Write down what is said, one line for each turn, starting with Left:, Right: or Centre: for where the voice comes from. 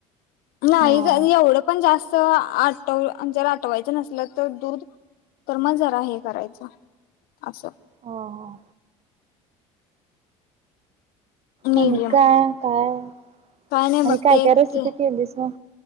Left: नाही
Right: हा
Left: एवढं पण जास्त आटव जर आठवायचं नसलं तर दूध. तर मग जरा हे करायचं असं.
Right: ह
Left: मीडियम
Right: आणि काय काय.
Left: काय नाही
Right: आणि
Left: बगते
Right: काय काय रेसिपी
Left: ते.
Right: केलीस मग